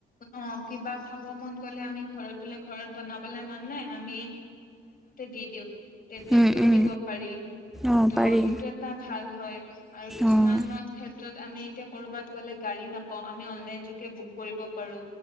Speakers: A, on the left; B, in the centre.
A: অ কিবা খাব মন গলে আম ঘ ব ঘ বনাবলে মন নাই আমি দি দিওঁ তেনেকেও
B: উম উম
A: দিব পাৰি।
B: অঁ
A: ত'
B: পাৰি
A: সেইটো এটা ভাল হয় আৰু কিছুমানত
B: অঁ
A: ক্ষেত্ৰত আমি। এতিয়া কৰবাত গ'লে গাড়ী নাপাও আমি অনলাইন যোগে বুক কৰিব পাৰো।